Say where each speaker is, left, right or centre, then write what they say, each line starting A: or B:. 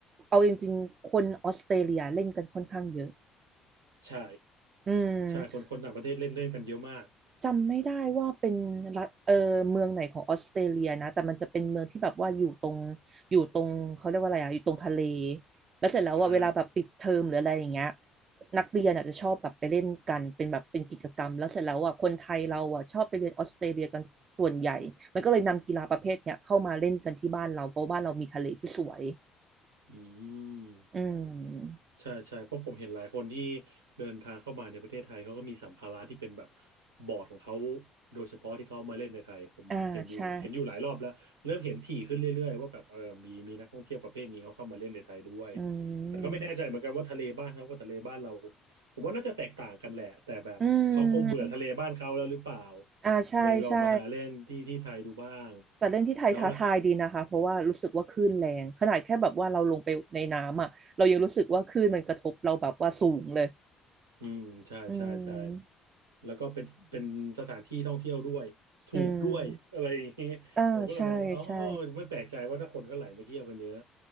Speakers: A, on the right; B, on the right.
A: เอาจริงๆคนออสเตรเลียเล่นกันค่อนข้างเยอะ
B: ใช่
A: อืม
B: ใช่คนคนต่างประเทศเล่นเล่นกันเยอะมาก
A: จำไม่ได้ว่าเป็นรัฐเออเมืองไหนของออสเตรเลียนะแต่มันจะเป็นเมืองที่แบบว่าอยู่ตรงอยู่ตรงเขาเรียกว่าอะไรอ่ะอยู่ตรงทะเลแล้วเสร็จแล้วว่าเวลาแบบปิดเทอมหรืออะไรอย่างเงี้ย
B: อ่า
A: นักเรียนอาจจะชอบแบบไปเล่นกันเป็นแบบเป็นกิจกรรมแล้วเสร็จแล้วอ่ะคนไทยเราอ่ะชอบไปเรียนออสเตรเลียกันส่วนใหญ่มันก็เลยนำกีฬาประเภทเนี้ยเข้ามาเล่นกันที่บ้านเราเพราะบ้านเรามีทะเลที่สวย
B: อืม
A: อืม
B: ใช่ใช่เพราะผมเห็นหลายคนที่เดินทางเข้ามาในประเทศไทยเขาก็มีสัมภาระที่เป็นแบบบอร์ดของเขาโดยเฉพาะที่เขามาเล่นในไทยผมผมเห็นอยู่เห็นอยู่หลายรอบแล้วเริ่มเห็นถี่ขึ้นเรื่อยๆว่าแบบเออมีมีนักท่องเที่ยวประเภทนี้เขาเข้ามาเล่นในไทยด้วย
A: อ่าใช่อืม
B: แต่ก็ไม่แน่ใจเหมือนกันว่าทะเลบ้านเขากับทะเลบ้านเราผมว่าน่าจะแตกต่างกันแหละแต่แบบเขาคงเบื่อทะเลบ้านเขาแล้วหรือเปล่า
A: อืมอ่าใช่ใช่
B: เลยเรามาหาเล่นที่ที่ไทยดูบ้าง
A: แต่เล่นที่ไทยท้าทายดีนะคะเพราะว่ารู้สึกว่าคลื่นแรงขนาดแค่แบบว่าเราลงไปในน้ำอ่ะเรายังรู้สึกว่าคลื่นมันกระทบเราแบบว่าสูงเลย
B: แล้ว อืมใช่ใช่ใช่
A: อืม
B: แล้วก็เป็นเป็นสถานที่ท่องเที่ยวด้วยถูกด้วยอะไรอย่างนี้ผมก็เลยมองว่าอ๋อ
A: อืมอ่าใช่ใช่
B: ไม่แปลกใจว่าถ้าคนก็ไหลมาเที่ยวกันเยอะ